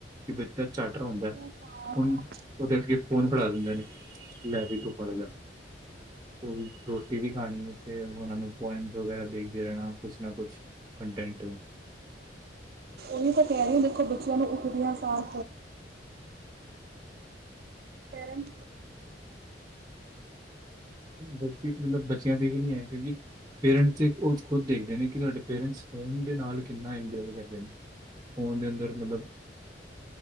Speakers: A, on the right; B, on the right.
A: ਕਿ ਬੱਚਾ ਝੱਟ ਰੋਂਦਾ
B: ਸਾਰ।
A: ਹੁਣ ਉਹਦੇ ਅਗੇ ਫੋਨ ਫੜਾ ਦਿੰਦੇ ਕਿ ਲੈ ਬਈ ਤੂੰ ਫੜ ਲੈ ਕੋਈ ਵੀ ਰੋਟੀ ਵੀ ਖਾਣੀ ਤੇ ਉਹਨਾ ਨੂੰ ਪੋਇਮਸ ਵਗੈਰਾ ਦੇਖਦੇ ਰਹਿਣਾ ਕੁਛ ਨਾ ਕੁਛ ਕਟੈਂਟ
B: ਉਹੀ ਤਾਂ ਕਹਿ ਰਹੀ ਦੇਖੋ ਬੱਚਿਆਂ ਨੂੰ ਉਠਦਿਆਂ ਸਾਰ ਪੇਰੈਂਟਸ
A: ਗਲਤੀ ਮਤਲਬ ਬੱਚਿਆਂ ਦੀ ਵੀ ਨੀ ਹੈ। ਕਿਉਂਕਿ ਪੇਰੈਂਟਸ ਉਹ ਖੁਦ ਦੇਖਦੇ ਨੇ ਕਿ ਸਾਡੇ ਪੇਰੈਂਟਸ ਫੋਨ ਦੇ ਨਾਲ ਕਿੰਨਾ ਇੰਜੋਏ ਕਰਦੇ ਨੇ, ਫੋਨ ਦੇ ਅੰਦਰ ਮਤਲਬ